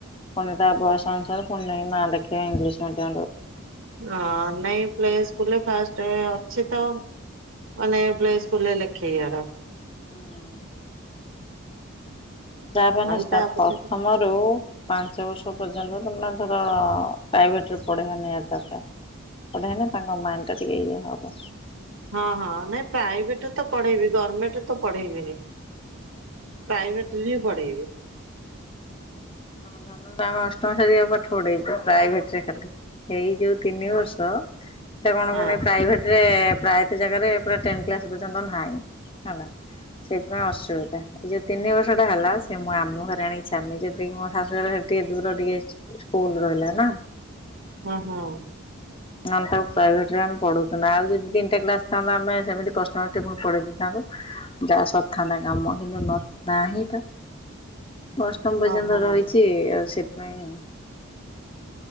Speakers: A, on the left; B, on the right.
A: ତମେ ତା ବୟସ ଆଣିଥିବ ପୁଣି ନା ଲେଖେଇବ ଇଂଲିଶ ମିଡିୟମ୍ ରେ
B: ହଁ ନାଇଁ ପ୍ଲେ ସ୍କୁଲ ରେ ଫାଷ୍ଟ ଅଛି ତ। ଅନେ ପ୍ଲେ ସ୍କୁଲେ ଲେଖେ ଆର
A: ହୁଁ। ଯାହା ପାଇଁ ନ
B: ଆଉ ତା ପଛରେ
A: ପ୍ରଥମରୁ ପାଞ୍ଚ ବର୍ଷ ପ ତମେ <unintelligible> ଧର ପ୍ରାଇଭେଟରେ ପଢେଇବା ନିଆତି ଦରକାର ପଢେ ନାଁ ତାଙ୍କ ମାଇଣ୍ଡଟା ଟିକେ ୟେ ହେବ।
B: ହଁ ହଁ, ନାଇଁ ପ୍ରାଇଭେଟ ତ ପଢେଇବି, ଗଭର୍ଣ୍ଣମେଣ୍ଟ ତ ପଢେଇବିନି। ପ୍ରାଇଭେଟରେଁ ହିଁ ପଢେଇବି।
A: ଆମ ଧନଟା ଆମେ ଅଷ୍ଟମ ସାରିବା ପାଠ ପଢେଇଛୁ, ପ୍ରାଇଭେଟ ରେ ଖାଲି, ଏଇ ଯୋଉ ତିନି ବର୍ଷ ସେଇଟା କଣ
B: ହଁ
A: ମାନେ ପ୍ରାଇଭେଟରେ ରେ ପ୍ରାୟତ ଜାଗାରେ ପୁରା ଟେନ୍ତ୍ କ୍ଲାସ୍ ପଯ୍ୟନ୍ତ ନାଁଇଁ ହେଲା। ସେଥିପାଇଁ ଅସୁବିଧା, ଏଇ ଯୋଉ ତିନି ବର୍ଷ ହେଲା, ସେ ମୁଁ ଆମ ଘରେ ଆଣି ଛାଡି ଦେଇଛନ୍ତି, ଯୋଉ ଥିରେ କି ମୋ ଶାଶୁ ଘରେ ସେଠି ଦୂର ଟିକେ ସ୍କୁଲ ରହିଲା ନା।
B: ହୁଁ ହୁଁ।
A: ନହେଲେ ତାକୁ ପ୍ରାଇଭେଟରେ ଆମେ ପଢଉଥିନୁ, ଆଉ ଯଦି ତିନଟା କ୍ଲାସ ଥାନ୍ତା, ଆମେ ସେମିତି କଷ୍ଟମଷ୍ଟେ ପଢ଼େଇ ଯାହା ସରଥାନ୍ତା କାମ କିନ୍ତୁ ନ ନାହିଁ ତ। ଅଷ୍ଟମ ପର୍ଯ୍ୟନ୍ତ
B: ଓହୋ
A: ରହିଛି ଆଉ ସେଥିପାଇଁ